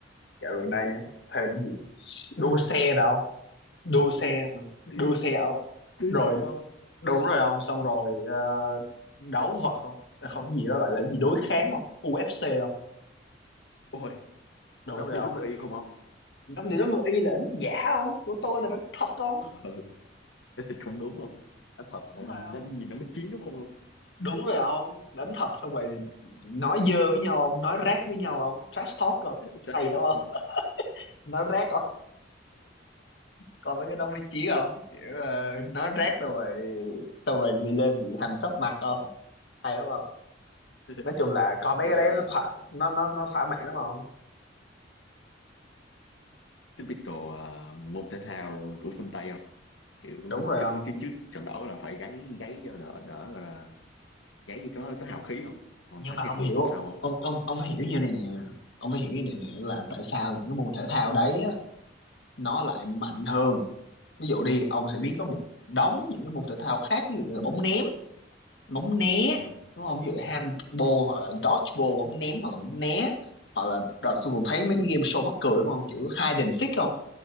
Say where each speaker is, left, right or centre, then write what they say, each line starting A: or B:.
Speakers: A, on the left; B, on the left.
A: dạo gần đây nhá thêm cái gì đua
B: à,
A: xe đâu đua xe mà.
B: điên
A: đua xe ông
B: điên
A: rồi
B: vậy không
A: đúng rồi ông xong rồi ờ, đấu vật không Là không cái gì đó gọi là cái gì đối kháng không UFC không
B: ôi
A: đúng
B: đắp
A: rồi
B: đi
A: không
B: đắp đi không ông?
A: nó liệu nó y là đánh giả không của tôi là đánh thật không
B: Ừ, <laughs> cũng đúng không? Nó thật là
A: đúng rồi
B: nó
A: không
B: nhìn nó mới chín đúng không ông?
A: đúng rồi không đánh thật xong rồi nói dơ với nhau không nói rác với nhau không trash talk không
B: Chắc
A: hay lắm
B: thật
A: không
B: không?
A: nói rác coi mấy cái đó mới chí không kiểu ờ, nói rác xong rồi xong rồi bị lên bị hành sấp mặt không hay đúng không
B: <laughs>
A: nói chung là coi mấy
B: Vậy
A: cái
B: đó
A: đấy
B: là
A: nó thỏa nó nó nó thỏa mãn đúng không
B: typical à, môn thể thao của phương Tây không? kiểu
A: đúng rồi
B: chứ,
A: không
B: cái trước trận đấu là phải gáy gáy cho đỡ đỡ gọi là gáy gì có có hào khí không còn
A: nhưng
B: thắng
A: mà ông
B: thì thua
A: hiểu
B: tính sau không
A: ông ông ông phải hiểu như này nè ông phải hiểu như này nè là tại sao những cái môn thể thao đấy á, nó lại mạnh hơn ví dụ đi ông sẽ biết có một đống những cái môn thể thao khác ví dụ như là bóng ném bóng né
B: ừ.
A: đúng không ví dụ handball hoặc là dodgeball bóng ném hoặc là bóng né hoặc là đợt tôi cũng thấy mấy cái game show mắc cười đúng không kiểu hide and seek không